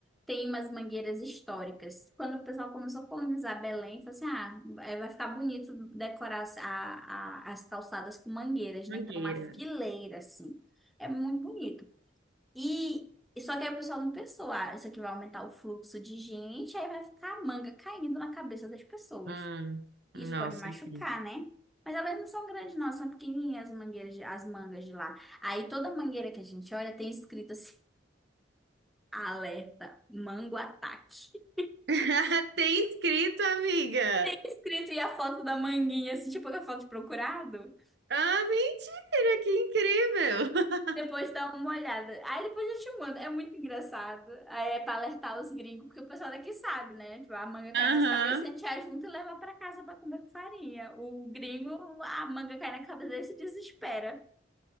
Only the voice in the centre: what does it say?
Tem umas mangueiras históricas. Quando o pessoal começou a colonizar Belém, falou assim: ah, eh, vai ficar bonito decorar as, a- a- as calçadas com mangueiras, né?
Então, uma fileira, assim. É muito bonito. E e só que aí o pessoal não pensou: ah, isso aqui vai aumentar o fluxo de gente, aí vai ficar a manga caindo na cabeça das pessoas.
Isso
pode machucar,
né? Mas elas não são grandes, não, são pequenininhas as mangueiras, de- as mangas de lá. Aí toda mangueira que a gente olha tem escrito assim: alerta, mango ataque.
<laughs> Escrito e a foto da manguinha, assim, tipo a foto de procurado.
Depois dá uma olhada. Aí depois eu te mando. É muito engraçado. Aí é pra alertar os gringos, porque o pessoal daqui sabe, né? Tipo, a manga cai
nas cabeças, a gente ajunta e leva pra casa pra comer com farinha. O gringo, a manga cai na cabeça dele e se desespera.